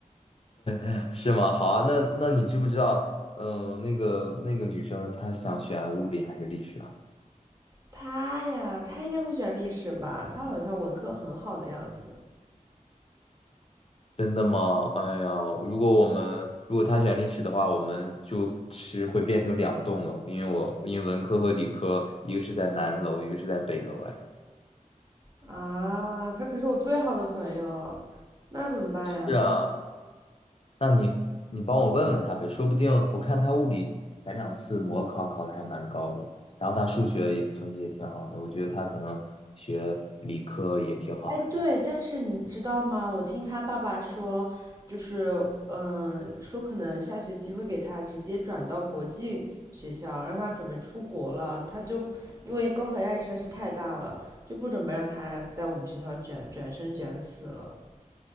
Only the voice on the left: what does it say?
<laughs> 是吗？好啊，那那你知不知道，嗯、那个那个女生她想选物理还是历史啊？
真的吗？哎呀，如果我们如果她选历史的话，我们就是会变成两栋楼，因为我因为文科和理科一个是在南楼，一个是在北楼，哎。
是啊，
那你你帮我问问他呗，说不定我看他物理前两次模考考的还蛮高的，然后他数学也成绩也挺好的，我觉得他可能学理科也挺好呀。